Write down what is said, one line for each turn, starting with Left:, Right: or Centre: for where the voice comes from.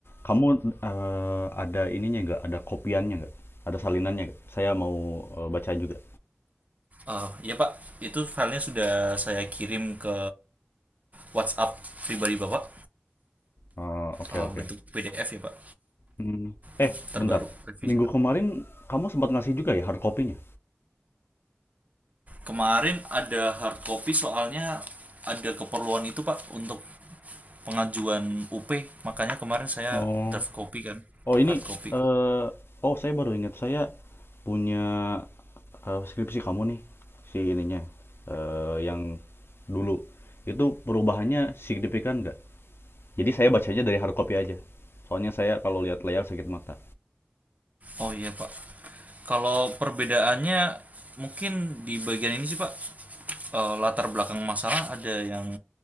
Left: Kamu, eee, ada ininya nggak, ada kopiannya nggak? Ada salinannya nggak? Saya mau, eee, baca juga.
Right: Eh, ya, Pak. Itu filenya sudah saya kirim ke WhatsApp pribadi Bapak.
Left: Oh, oke
Right: Eh,
Left: oke.
Right: bentuk PDF ya, Pak.
Left: Mmm,
Right: Yang
Left: eh
Right: terbaru
Left: bentar,
Right: revisi.
Left: minggu kemarin kamu sempat ngasih juga ya hard copy-nya?
Right: Kemarin ada hard copy soalnya ada keperluan itu Pak untuk pengajuan UP, makanya kemarin saya
Left: Oh,
Right: draft copy kan,
Left: oh ini,
Right: hard copy.
Left: eh, oh saya baru ingat saya punya eh, skripsi kamu nih, si ininya, eh, yang dulu. Itu perubahannya signifikan nggak? Jadi saya bacanya dari hard copy aja. Soalnya saya kalau lihat layar sakit mata.
Right: Oh iya Pak. Kalau perbedaannya mungkin di bagian ini sih Pak, eh, latar belakang masalah ada yang